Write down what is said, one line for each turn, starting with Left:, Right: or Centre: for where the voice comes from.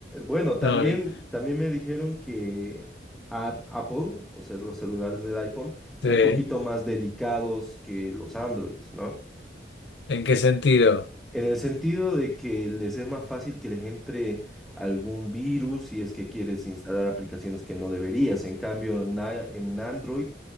Centre: bueno, también,
Left: No, eh,
Centre: también me dijeron que a- Apple, o sea, los celulares del iPhone, son
Left: sí.
Centre: un poquito más delicados que los Androids, ¿no?
Left: ¿En qué sentido?
Centre: En el sentido de que les es más fácil que les entre algún virus si es que quieres instalar aplicaciones que no deberías. En cambio, en, a- en Android